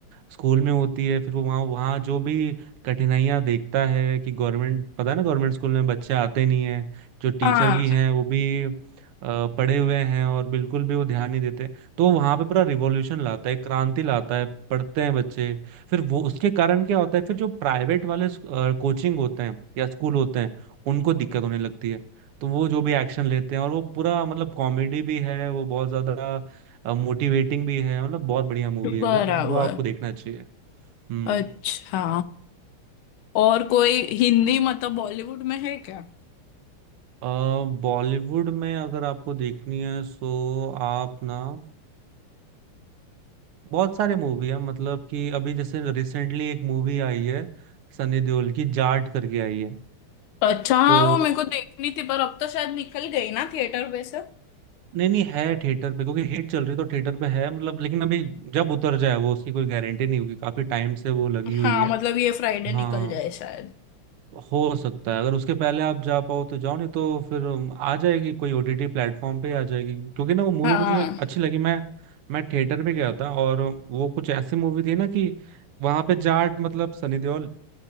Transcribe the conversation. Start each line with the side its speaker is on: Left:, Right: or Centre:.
Right: स्कूल में होती है फिर वो वहाँ वहाँ जो भी कठिनाइयाँ देखता है कि गवर्नमेंट पता है ना गवर्नमेंट स्कूल में बच्चे आते नहीं हैं जो टीचर
Left: हाँ
Right: भी हैं वो भी अ, पढ़े हुए हैं और बिल्कुल भी वो ध्यान नहीं देते तो वहां पे पूरा रिवॉल्यूशन लाता है क्रांति लाता है पढ़ते हैं बच्चे फिर वो उसके कारण क्या होता है फिर जो प्राइवेट वाले कोचिंग होते हैं या स्कूल होते हैं उनको दिक्कत होने लगती है तो वो जो भी एक्शन लेते हैं और वो पूरा मतलब कॉमेडी भी है वो बहुत ज्यादा मोटिवेटिंग भी है मतलब बहुत बढ़िया मूवी
Left: बराबर
Right: है वो वो आपको देखना चाहिए हम्म
Left: अच्छा और कोई हिंदी मतलब बॉलीवुड में है क्या
Right: अ, बॉलीवुड में अगर आपको देखनी है सो आप ना बहुत सारे मूवी है मतलब कि अभी जैसे रिसेंटली एक मूवी आई है सनी देओल की जाट करके आई है
Left: अच्छा हाँ
Right: तो
Left: वो मेरे को देखनी थी पर अब तो शायद निकल गई ना थिएटर पे से
Right: नहीं नहीं है थिएटर पे क्योंकि हिट चल रही है तो थिएटर पे है मतलब लेकिन अभी जब उतर जाए वो उसकी कोई गारंटी नहीं होगी काफी टाइम से वो लगी
Left: हाँ
Right: हुई है
Left: मतलब ये फ्राइडे निकल
Right: हाँ
Left: जाए शायद
Right: हो सकता है अगर उसके पहले आप जा पाओ तो जाओ नहीं तो फिर अम, आ जाएगी कोई ओटीटी प्लेटफॉर्म पे आ जाएगी क्योंकि ना वो मूवी
Left: हाँ
Right: मुझे अच्छी लगी मैं मैं थिएटर पे गया था और वो कुछ ऐसी मूवी थी ना कि वहां पे जाट मतलब सनी देओल